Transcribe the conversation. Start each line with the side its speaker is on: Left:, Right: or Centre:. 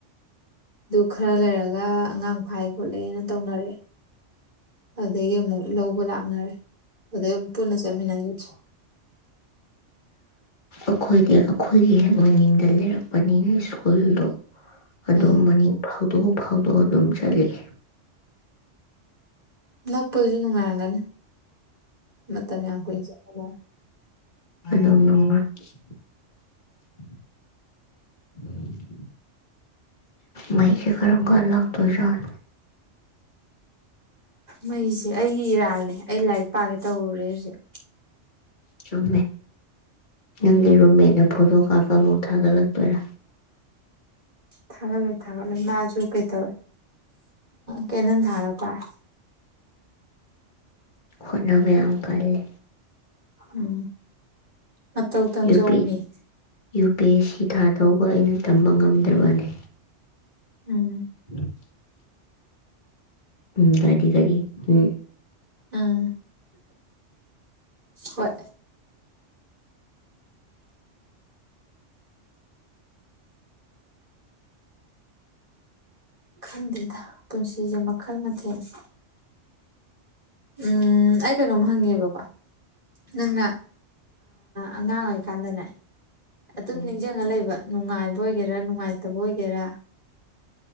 Right: ꯑꯗꯨ ꯈꯔ ꯂꯩꯔꯒ ꯑꯉꯥꯡ ꯐꯥꯏ ꯈꯣꯠꯂꯦꯅ ꯇꯧꯅꯔꯛꯑꯦ ꯑꯗꯨꯗꯒꯤ ꯑꯃꯨꯛ ꯂꯧꯕ ꯂꯥꯛꯅꯔꯦ ꯑꯗꯨꯗꯩꯨ ꯄꯨꯟꯅ ꯆꯠꯃꯤꯟꯅꯒꯁꯤ
Left: ꯑꯩꯈꯣꯏꯗꯤ ꯑꯩꯈꯣꯏꯒꯤ ꯍꯦꯛ ꯃꯅꯤꯡꯗ ꯂꯩꯔꯛꯄꯅꯤꯅ ꯁ꯭ꯀꯨꯜꯗꯣ ꯑꯗꯨꯝ
Right: ꯎꯝ
Left: ꯃꯅꯤꯡ ꯐꯥꯎꯗꯣꯛꯑ ꯐꯥꯎꯗꯣꯛꯑ ꯑꯗꯨꯝ ꯆꯠꯂꯑꯦ
Right: ꯅꯛꯄꯗꯨꯁꯨ ꯅꯨꯡꯉꯥꯏꯔꯝꯒꯅꯤ ꯃꯇꯝ ꯌꯥꯝ ꯀꯨꯏꯅ ꯆꯪꯗ
Left: ꯍ ꯃꯩꯁ ꯈꯔꯝꯒꯒꯥ ꯂꯥꯛ ꯇꯨꯖꯠ
Right: ꯃꯩꯁꯦ ꯑꯩꯒꯤ ꯏꯔꯥꯜꯅꯦ ꯑꯩ ꯂꯥꯏꯔꯤꯛ ꯄꯥꯒꯦ ꯇꯧꯔꯨꯔꯦ ꯍꯧꯖꯤꯛ
Left: ꯆꯨꯝ ꯪꯒꯔꯨꯝꯦ ꯍꯗꯣ ꯀꯥꯄ ꯃ ꯎ ꯊꯥꯒꯠꯂꯛꯇꯣꯏꯔꯥ
Right: ꯊꯥꯒꯠꯂꯣꯏ ꯊꯥꯒꯠꯂꯣꯏ ꯃꯥꯁꯨ ꯀꯩꯇꯧꯋꯦ ꯀꯦꯟꯗꯟ ꯊꯥꯔ ꯄꯥꯔ
Left: ꯍꯣꯠꯅꯕ ꯌꯥꯝ ꯀꯜꯂꯤ꯫
Right: ꯎꯝ ꯃꯇꯧ ꯇꯝꯖꯧ
Left: ꯌꯨ ꯄꯤ
Right: ꯃꯤ
Left: ꯌꯨ ꯄꯤ ꯑꯦꯁ ꯁꯤ ꯊꯥ ꯇꯧꯕ ꯑꯩꯅ ꯇꯝꯕ ꯉꯝꯗ꯭ꯔꯕꯅꯤ꯫
Right: ꯎꯝ
Left: <inaudible> ꯎꯝ ꯗꯒꯤ ꯀꯔꯤ ꯎꯝ
Right: ꯎꯝ ꯍꯣꯏ ꯈꯪꯗꯦꯗ ꯄꯨꯟꯁꯤꯁꯦ ꯃꯈꯜ ꯃꯊꯦꯟꯅꯤ꯫ ꯎꯝ ꯑꯩ ꯀꯩꯅꯣꯝ ꯍꯪꯉꯦꯕꯀꯣ ꯅꯪꯅ ꯑꯉꯥꯡ ꯑꯣꯏꯀꯥꯟꯗꯅꯦ ꯑꯗꯨꯝ
Left: ꯎꯝ
Right: ꯅꯤꯡꯁꯤꯡꯉ ꯂꯩꯕ ꯅꯨꯡꯉꯥꯏꯕ ꯑꯣꯏꯒꯦꯔꯥ ꯅꯨꯡꯉꯥꯏꯇꯕ ꯑꯣꯏꯒꯦꯔꯥ